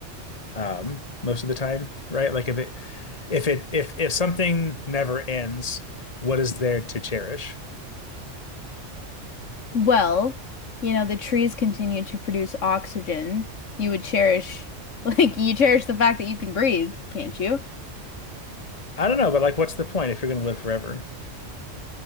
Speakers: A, on the left; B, on the left.
A: um, most of the time, right? Like if it if it if if something never ends, what is there to cherish?
B: Well, you know, the trees continue to produce oxygen. You would cherish, <laughs> like, you cherish the fact that you can breathe, can't you?
A: I don't know, but like what's the point if you're gonna live forever?